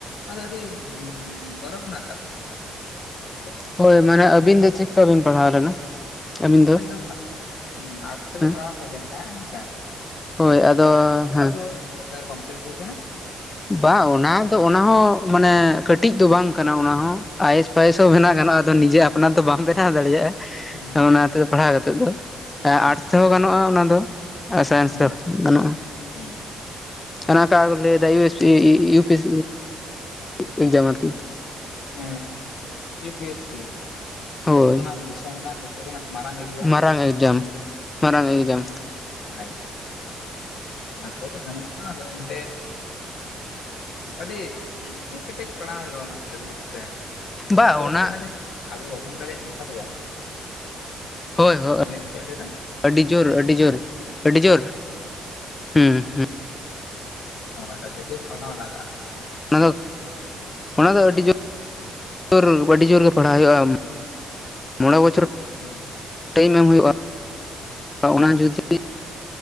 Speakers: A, on the left (about 70°); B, on the left (about 25°).
A: ᱟᱫᱚ ᱟᱹᱰᱤ ᱜᱚᱨᱚᱵ ᱨᱮᱱᱟᱜ ᱠᱟᱛᱷᱟ ᱠᱟᱱᱟ ᱥᱮ
B: ᱦᱚᱭ ᱢᱟᱱᱮ ᱟᱵᱤᱱ ᱫᱚ ᱪᱮᱫ ᱠᱷᱚᱱ ᱵᱤᱱ ᱯᱟᱲᱦᱟᱣ ᱞᱮᱱᱟ? ᱟᱹᱵᱤᱱ ᱫᱚ
A: <unintelligible> ᱟᱨᱴᱥ ᱛᱮ
B: ᱦᱮᱸ
A: ᱜᱤ ᱯᱟᱲᱦᱟᱣ ᱦᱚᱭ ᱞᱮᱱ ᱛᱟᱦᱮ ᱦᱮᱸᱥᱮ
B: ᱦᱳᱭ
A: ᱟᱨᱴᱥ ᱨᱮ
B: ᱟᱫᱚ
A: ᱯᱟᱲᱦᱟᱣ ᱠᱷᱟᱹᱛᱤᱨ
B: ᱦᱮᱸ
A: ᱛᱮᱫᱚ ᱱᱮᱛᱟᱨ ᱠᱚᱢᱯᱞᱤᱴ ᱦᱩᱭ ᱟᱠᱟᱱᱟ
B: ᱵᱟᱝ ᱚᱱᱟ ᱫᱚ ᱚᱱᱟ ᱦᱚᱸ ᱢᱟᱱᱮ ᱠᱟᱹᱴᱤᱡ ᱫᱚ ᱵᱟᱝ ᱠᱟᱱᱟ ᱚᱱᱟ ᱦᱚᱸ ᱟᱭᱮᱥ ᱯᱟᱭᱮᱥ ᱦᱚᱸ ᱵᱮᱱᱟᱣ ᱜᱟᱱᱚᱜ-ᱟ ᱟᱫᱚ ᱱᱤᱡᱮ ᱟᱯᱱᱟᱨ ᱫᱚ ᱵᱟᱢ ᱵᱮᱱᱟᱣ ᱫᱟᱲᱮᱭᱟᱜ-ᱟ
A: ᱦᱩᱸ
B: ᱚᱱᱟᱛᱮ ᱯᱟᱲᱦᱟᱣ ᱠᱟᱛᱮ ᱫᱚ,
A: ᱦᱩᱸ ᱦᱩᱸ
B: ᱟᱨᱴᱥ ᱛᱮᱦᱚᱸ ᱜᱟᱱᱚᱜ-ᱟ ᱚᱱᱟ ᱫᱚ ᱥᱟᱭᱮᱱᱥ
A: ᱦᱩᱸ
B: ᱛᱮᱦᱚᱸ ᱜᱟᱱᱚᱜ-ᱟ,
A: ᱦᱮᱸ
B: ᱚᱱᱟ ᱟᱠᱟ ᱠᱚ ᱞᱟᱹᱭ ᱫᱟ U S P U P S, <inaudible>
A: ᱦᱮᱸ ᱤᱭᱩ ᱯᱤ ᱮᱥ ᱥᱤ
B: ᱦᱳᱭ
A: ᱡᱚᱛᱚ ᱠᱷᱚᱱᱟᱜ ᱫᱤᱥᱚᱢ ᱨᱮᱱᱟᱜ ᱡᱚᱛᱚ ᱠᱷᱚᱱᱟᱜ ᱢᱟᱨᱟᱝ <inaudible> ᱦᱩ
B: ᱢᱟᱨᱟᱝ ᱮᱠᱡᱟᱢ ᱢᱟᱨᱟᱝ ᱮᱠᱡᱟᱢ
A: ᱚᱱᱟ ᱜᱮᱛᱚ ᱚᱱᱟ ᱠᱚᱫᱚ ᱜᱟᱱᱚᱜ-ᱟ ᱟᱫᱚ ᱮᱱᱛᱮ- ᱟᱹᱰᱤ ᱟᱹᱰᱤ ᱠᱮᱴᱮᱡ ᱯᱟᱲᱦᱟᱣ ᱦᱩᱭᱩᱜ-ᱟ ᱚᱱᱟ ᱠᱚ ᱞᱟᱹᱜᱤᱫ ᱦᱮᱸᱥᱮ, ᱟᱫᱚ
B: ᱵᱟ
A: ᱱᱚᱣᱟ ᱫᱚ
B: ᱚᱱᱟ
A: ᱵᱟᱝ ᱠᱟᱱᱟ ᱡᱮ ᱟᱵᱚ ᱵᱟᱵᱚᱱ ᱫᱟᱲᱮᱭᱟᱜ-ᱟ ᱚᱱᱠᱟ ᱫᱚ ᱵᱟᱝ,
B: ᱦᱳᱭ ᱦᱳᱭ
A: ᱞᱟᱹᱭ ᱢᱮᱢ ᱪᱮᱫ ᱮᱢ ᱞᱟᱹᱭ ᱮᱫᱟ
B: ᱟᱹᱰᱤ ᱡᱳᱨ ᱟᱹᱰᱤ ᱡᱳᱨ ᱟᱹᱰᱤ ᱡᱳᱨ ᱦᱩᱸ ᱦᱩᱸ
A: ᱦᱳᱭ ᱟᱹᱰᱤ ᱡᱳᱨ ᱯᱟᱲᱦᱟᱣ ᱞᱟᱜᱟᱜ-ᱟ,
B: ᱚᱱᱟ ᱫᱚ ᱚᱱᱟ ᱫᱚ ᱟᱹᱰᱤ ᱡᱳᱨ ᱟᱹᱰᱤ ᱡᱳᱨ ᱜᱮ ᱯᱟᱲᱦᱟᱣ ᱦᱩᱭᱩᱜ-ᱟ ᱢᱚᱬᱮ ᱵᱚᱪᱷᱚᱨ
A: ᱦᱩᱸ
B: ᱴᱟᱭᱤᱢ ᱮᱢ ᱦᱩᱭᱩᱜ-ᱟ ᱚᱱᱟ ᱡᱩᱫᱤ